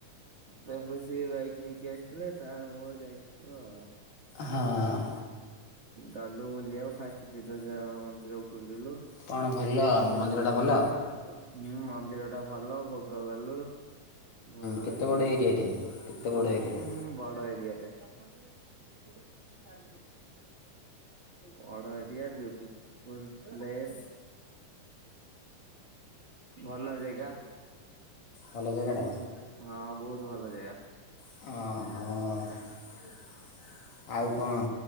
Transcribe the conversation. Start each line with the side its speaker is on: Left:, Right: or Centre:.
Right: ତାପରେ ସିଏ ବାଇକ୍ ନେଇକି ଆସିଥିଲେ ତାହାର ମୋର ଯାଇଥିଲୁ ଆଉ
Left: ହଁ
Right: ଗଲୁ ବୁଲିବାକୁ ଫାଷ୍ଟ ବିରଜା ମନ୍ଦିର ବୁଲିଲୁ
Left: କ'ଣ ଭଲ
Right: ବୁଲିଲୁ
Left: ମନ୍ଦିରଟା
Right: ହୁଁ
Left: ଭଲ
Right: ମନ୍ଦିରଟା ଭଲ ଭୋଗକଲୁ ଭୋଗକରିକି
Left: କେତେ ବଡ଼ ଏରିଆଟେ କେତେ ବଡ଼ ଏରିଆଟେ
Right: ଉଁ ବଡ଼ ଏରିଆଟେ ଦଶହଜାର କୋଉଟା ତିରିଶିହଜାର କୋଉଟା ଚାଳିଶିହଜାର ବଡ଼ ଏରିଆ ବିୟୁଟିଫୁଲ ପ୍ଲେଶ୍ ଭଲ ଜେଗା।
Left: ଭଲ ଜାଗାଟା
Right: ବହୁତୁ ହଁ ବହୁତ ଭଲ ଜାଗା।
Left: ଅହଁ। ଆଉ କଣ